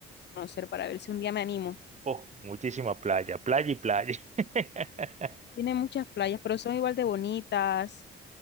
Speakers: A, on the left (about 60°); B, on the right (about 35°).
A: conocer, para ver si un día me animo?
B: Oh, muchísima playa, playa y playa. <laughs>
A: Tiene muchas playas, pero son igual de bonitas.